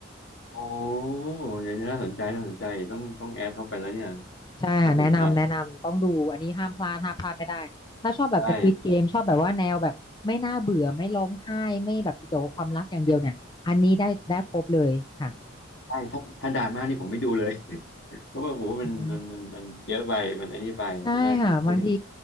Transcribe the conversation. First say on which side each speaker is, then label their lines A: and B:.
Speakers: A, on the left; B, on the left.
A: โอ้เดี๋ยวนี้น่าสนใจน่าสนใจต้องต้องแอดเข้าไปแล้วเนี่ย
B: ใช่ค่ะแนะนำแนะนำต้องดูอันนี้ห้ามพลาดห้ามพลาดไม่ได้ถ้าชอบแบบ
A: น่าสนใจใช่
B: Squid Game ชอบแบบว่าแนวแบบไม่น่าเบื่อไม่ร้องไห้ไม่แบบเกี่ยวกับความรักอย่างเดียวเนี่ยอันนี้ได้ได้ครบเลยค่ะ
A: ใช่ใช่ถ้าถ้าดราม่านี่ผมไม่ดูเลย <laughs> เพราะว่าโอ้โหมันมันมันมันเยอะไปมันอันนี้ไปใช่ไหมคือฉันยัง
B: อืมใช่ค่ะบางที